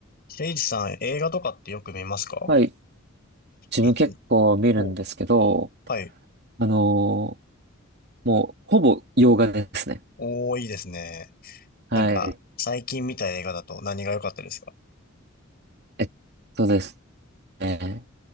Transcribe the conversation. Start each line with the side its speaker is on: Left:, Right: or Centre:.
Left: せいじさん、映画とかってよく見ますか
Right: はい。自分結構見るんですけど、
Left: えっと、お、はい。
Right: あのーもう、ほぼ洋画ですね。
Left: おー、いいですね。
Right: はい。
Left: なんか、最近見た映画だと何が良かったですか
Right: えっとですね。